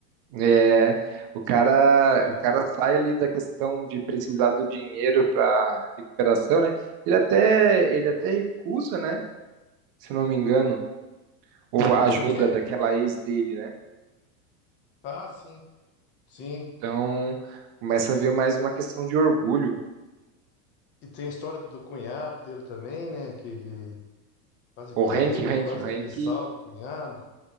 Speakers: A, on the right; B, on the left.
A: É, o cara,
B: <laughs>
A: o cara sai ali da questão de precisar do dinheiro para recuperação, né? Ele até, ele até recusa, né? Se não me engano, ou a ajuda
B: Como é que é?
A: daquela ex dele, né?
B: Ah, sim, sim.
A: Então, começa a ver mais uma questão de orgulho.
B: E tem a história do cunhado dele também, né? Que, que quase
A: O
B: pega
A: Hank,
B: ele,
A: o Hank,
B: quase
A: o Hank,
B: que ele salva o cunhado.